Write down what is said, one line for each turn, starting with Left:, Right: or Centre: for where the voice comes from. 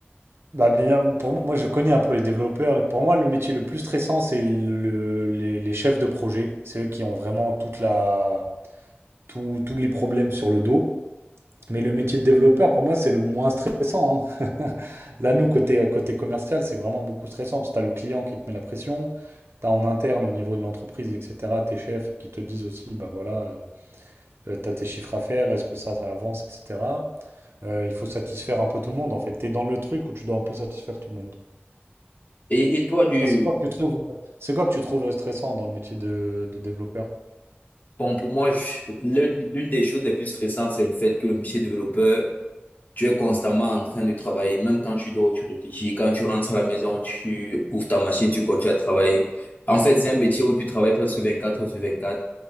Right: Bah bien, pour moi, moi, je connais un peu les développeurs. Pour moi, le métier le plus stressant, c'est le- les, les chefs de projet. C'est eux qui ont vraiment toute la, tout- tous les problèmes sur le dos. Mais le métier de développeur, pour moi, c'est le moins stressant. hein. <laughs> Là, nous, côté, côté commercial, c'est vraiment beaucoup stressant parce que tu as le client qui te met la pression. Tu as en interne, au niveau de l'entreprise, etc., tes chefs qui te disent aussi, bah voilà, tu as tes chiffres à faire, est-ce que ça, ça avance, etc. Euh, il faut satisfaire un peu tout le monde, en fait. Tu es dans le truc où tu dois un peu satisfaire tout le monde.
Left: Et, et toi, du,
Right: Toi, c'est quoi que tu trouves, c'est quoi que tu trouves stressant dans le métier de, de développeur?
Left: bon, pour moi, je- l'un- l'une des choses les plus stressantes, c'est le fait que le métier de développeur, tu es constamment en train de travailler. Même quand tu dors, tu réfléchis. Quand tu rentres à la maison, tu ouvres ta machine, tu continues à travailler. En fait, c'est un métier où tu travailles presque 24 heures sur 24.